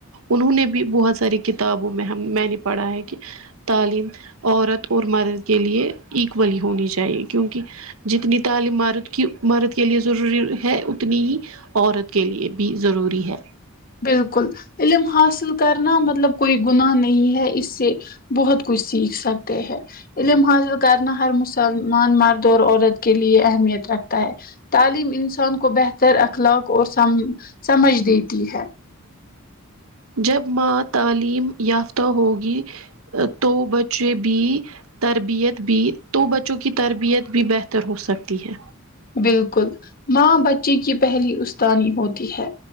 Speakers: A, on the right; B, on the left.
A: انہوں نے بھی بہت ساری کتابوں میں ہم میں نے پڑھا ہے کہ تعلیم عورت اور مرد کے لیے ایکولی ہونی چاہیے کیونکہ جتنی تعلیم مد کی مارد کے لیے ضروری ہے اتنی ہی عورت کے لیے بھی ضروری ہے
B: بالکل علم حاصل کرنا مطلب کوئی گناہ نہیں ہے اس سے بہت کچھ سیکھ سکتے ہیں علم حاصل کرنا ہر مسلمان مرد اور عورت کے لیے اہمیت رکھتا ہے تعلیم انسان کو بہتر اخلاق اور س سمجھ دیتی ہے
A: جب ماں تعلیم یافتہ ہوگی تو بچے بھی تربیت بھی تو بچوں کی تربیت بھی بہتر ہو سکتی ہے
B: بالکل ماں بچے کی پہلی استانی ہوتی ہے